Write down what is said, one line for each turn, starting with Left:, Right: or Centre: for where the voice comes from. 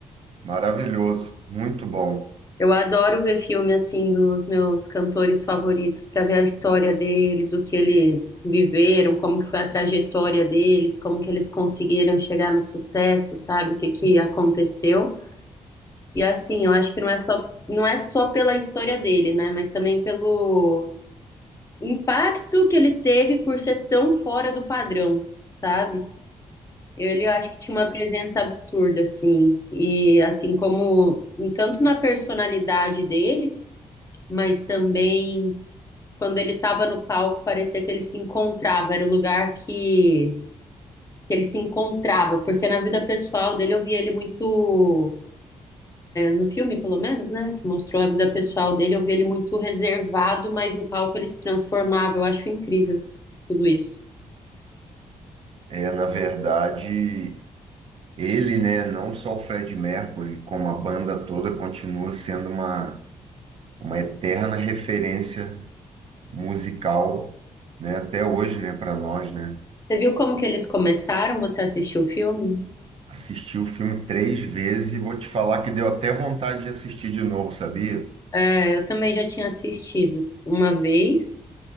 Right: maravilhoso, muito bom.
Left: Eu adoro ver filme assim dos meus cantores favoritos para ver a história deles, o que eles viveram, como que foi a trajetória deles, como que eles conseguiram chegar no sucesso, sabe, o que que aconteceu. E assim, eu acho que não é só, não é só pela história dele, né? Mas também pelo impacto que ele teve por ser tão fora do padrão, sabe? Ele eu acho que tinha uma presença absurda, assim. E assim como tanto na personalidade dele, mas também quando ele estava no palco, parecia que ele se encontrava, era o lugar que, que ele se encontrava, porque na vida pessoal dele eu via ele muito no filme, pelo menos, né, que mostrou a vida pessoal dele, eu vi ele muito reservado, mas no palco ele se transformava. Eu acho incrível tudo isso.
Right: É, na verdade, ele, né, não só o Fred Mercury, como a banda toda, continua sendo uma, uma eterna referência musical, né, até hoje, né, para nós, né.
Left: Você viu como que eles começaram? Você assistiu o filme?
Right: Assisti o filme três vezes e vou te falar que deu até vontade de assistir de novo, sabia?
Left: É, eu também já tinha assistido uma vez,